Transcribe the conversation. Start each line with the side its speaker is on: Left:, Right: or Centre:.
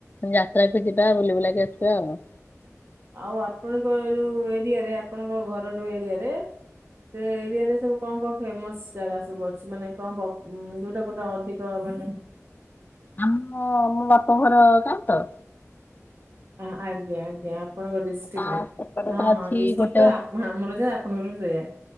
Left: ଯାତ୍ରାକୁ ଯିବା ବୁଲିବୁଲାକି ଆସିବା ଆଉ।
Right: ଆଉ ଆପଣଙ୍କ ଯୋଉ ଏରିଆରେ ଆପଣଙ୍କ ଘର ଯୋଉ ଏରିଆରେ। ସେ ଏରିଆରେ ସ କଣ କଣ ଫେମସ ଜାଗା ସବୁ ଅଛି। ମାନେ କଣ ଦ ଉଁ କୋଉଟା କୋଉଟା ଅଧିକ ମାନେ
Left: ଆମ ମୋ ବାପ ଘର ଗାଁ ତ।
Right: ହଁ ଆଜ୍ଞା ଆଜ୍ଞା ଆ ଆପଣଙ୍କ ଡିଷ୍ଟ୍ରିକରେ
Left: ତା ସେପଟେ
Right: ହଁ
Left: ତ ଅଛି
Right: ହଁ ଡିଷ୍ଟ୍ରିକ୍ଟ
Left: ଗୋଟେ
Right: ତ ଆପ ଆମର ଯା ଆପଣଙ୍କର ବି ସେଇଆ।